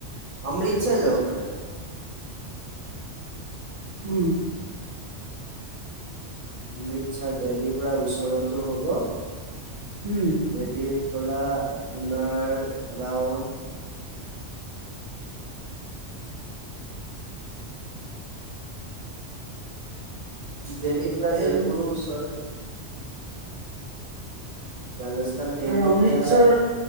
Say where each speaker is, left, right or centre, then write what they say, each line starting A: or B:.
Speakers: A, on the right; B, on the right.
A: অমৃতসৰ যাব পাৰে
B: উম
A: অমৃতসৰ দেহল্লীৰ পৰা ওচৰতো হ'ব।
B: উম,
A: দেলহি পৰা আপোনাৰ এৰাউণ্ড দিল্লীৰ পৰা
B: এ-
A: জয়পুৰৰ ওচৰ ৰাজস্থান দেলহিৰ
B: আৰু অমৃতসৰ
A: পৰা